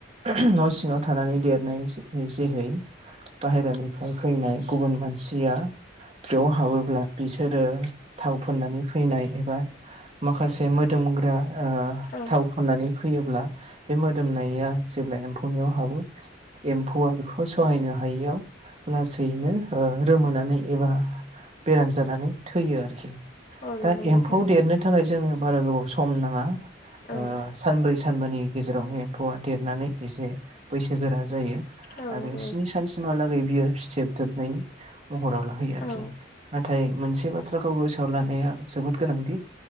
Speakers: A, on the right (about 35°); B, on the left (about 45°).
A: उम न' सिङाव थानानै देरनाय जेहै बाहेरानिफ्राय फैनाय गुबुन मानसिआ बेयाव हाबोब्ला बिसोरो थाव फुननानै फैनाय एबा हो माखासे मो दोमग्रा ओ
B: औ
A: थाव फोननानै फैयोब्ला बे मोदोमनाया जेब्ला एम्फौनिआव हाबो एम्फौआ बेखौ सहायनो हायैआव लासैनो ओ रोमोनानै एबा बेराम जानानै थैयो आरोखि
B: औ
A: दा
B: नंगौ नोंथां
A: एम्फौ देरनो थाखाय जों बारा गोबाव सम नाङा
B: औ
A: ओ साब्रै सा सानबानि गेजेरावनो एम्फौआ देरनानै एसे बैसो गोरा जायो
B: औ
A: आरो
B: नंगौ
A: स्नि सानसिमहालागै बियो फथोब थोबनायनि महराव लाहैयो आरोखि
B: औ
A: नाथाय मोनसे बाथ्राखौ गोसोआव लानाया जोबोद गोनांदि